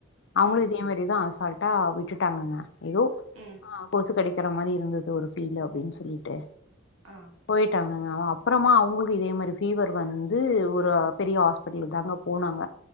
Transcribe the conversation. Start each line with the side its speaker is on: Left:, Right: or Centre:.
Left: அவங்களு
Right: ம்
Left: இதே தா அசால்டா விட்டுட்டாங்கங்க ஏதோ
Right: ம்
Left: ஆ கொசு கடி க்கிற மாரி இருந்துது ஒரு ஃபீல் அப்டின் சொல்லிட்டு
Right: ஆ
Left: போய்ட்டாங்கங்க அவ அப்றமா அவங்களுக்கு இதே மாரி ஃபீவர் வந்து ஒரு பெரிய ஹாஸ் பிட்லு தாங்க போனாங்க